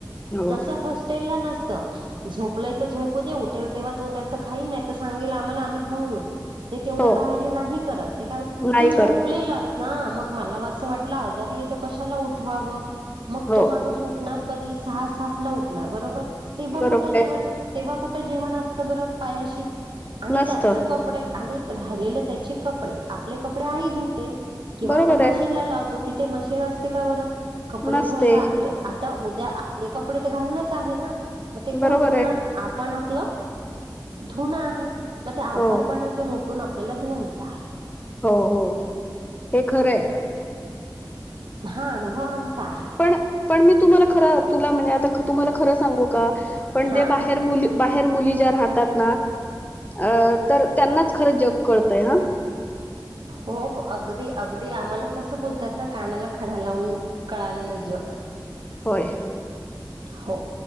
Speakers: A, on the left; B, on the right.
A: हो
B: तसे हॉस्टेलला नस त झोपलाय तर झोप दे टेल तेव्हा तो त्याच खाईन नाही तर सांगेल आम्हाला आम्ही घेऊन येऊ ते तेवढं
A: हो
B: काळजी नाही करत ते का
A: नाही
B: तू झोपलेलं
A: करत
B: अस ना मग मला असं वाटलं आजारी य तर कशाला उठवावं मग
A: हो
B: तो माणूस उठणार कधी सहा सातला उठणार बरोबर तेव्हा
A: बरोबर
B: कुठे जेवण
A: आहे
B: जेवण असत बरं पायाशी आणि
A: नसत
B: त्याचे कपडे आणि राहिले त्याचे कपडे आपले कपडे आई धुते किंवा
A: बरोबर
B: आपण मशीनला
A: आहे
B: लावतो तिथे ते मशीन असते का बर कपडे
A: नसते
B: धुयला आपले आता उद्या आपले कपडे घालणच आहे ना मग ते कोण
A: बरोबर
B: धुणार
A: आहे
B: आपण आप आपलं धुण आहे मग ते आजारपणातून
A: हो
B: उठून आपल्याला धुवायचं आहे.
A: हो हो हे खरं आहे.
B: हा अनुभव आमचा आहे.
A: पण पण मी तुम्हाला खर तुला म्हणजे आता तुम्हाला खरं सांगू का पण
B: हा
A: जे बाहेर मुली बाहेर मुली ज्या राहतात ना अ तर त्यांनाच खरं जग कळतय हा. <unintelligible>
B: हो हो अगदी अगदी आम्हाला कसं बोलतात ना कानाला खडा लावून कळालेलं जग
A: होय.
B: हो